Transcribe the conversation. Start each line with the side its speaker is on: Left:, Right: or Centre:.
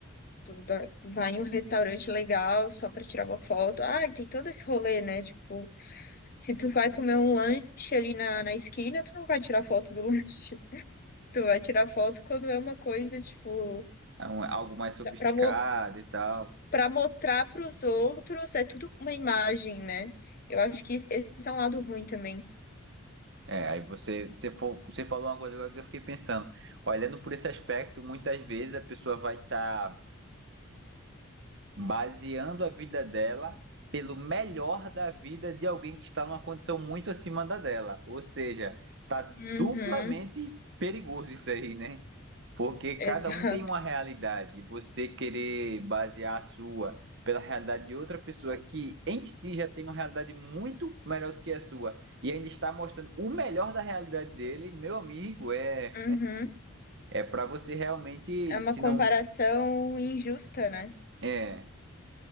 Left: do- da- vai em um restaurante legal só pra tirar uma foto. Ah, tem todo esse rolê, né? Tipo, se tu vai comer um lanche ali na, na esquina, tu não vai tirar foto do <laughs> lanche. Tu vai tirar foto quando é uma coisa, tipo,
Right: é um- algo mais sofisticado
Left: pra, mo
Right: e tal.
Left: pra mostrar pros outros, é tudo uma imagem, né? Eu acho que esse é um lado ruim também.
Right: É, aí você, você, fo- você falou uma coisa agora que eu fiquei pensando. Olhando por esse aspecto, muitas vezes a pessoa vai estar baseando a vida dela pelo melhor da vida de alguém que está numa condição muito acima da dela. Ou seja, tá duplamente
Left: Uhum,
Right: perigoso isso aí, né? Porque
Left: <laughs>
Right: cada
Left: exato.
Right: um tem uma realidade, e você querer basear a sua pela realidade de outra pessoa que em si já tem uma realidade muito melhor do que a sua e ainda está mostrando o melhor da realidade dele, meu amigo, é
Left: Uhum.
Right: é para você realmente,
Left: É uma
Right: se
Left: comparação
Right: não
Left: injusta, né?
Right: é,